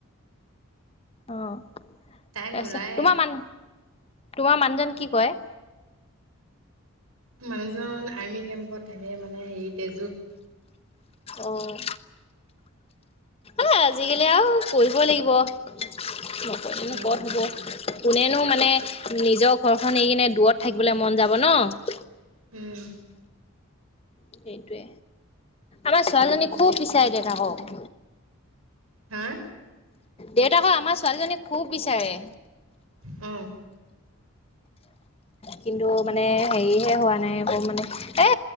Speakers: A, on the left; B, on the right.
A: অ'তাচে
B: টাইম নোলায়ে।
A: তোমাৰ মান-তোমাৰ মানুহজন কি কয়ে?
B: মোৰ মানুহজন আৰ্মি কেম্পত থাকে হেৰিতে জুত
A: অ', এ আজিকালি আৰু কৰিবই লাগিব নকৰিলেনো
B: উম,
A: ক'ত হ'ব। কোনেনো মানে নিজৰ ঘৰখন এৰি কিনে দূৱত থাকিবলে মন যাব ন'।
B: উম,
A: সেইটোৱে আমাৰ ছোৱালীজনী খুব বিচাৰে দেউতাকক।
B: হা?
A: দেউতাকক আমাৰ ছোৱালীজনীয়ে খুব বিচাৰে।
B: উম,
A: কিন্তু মানে হেৰিহে হোৱা নাই একো মানে এ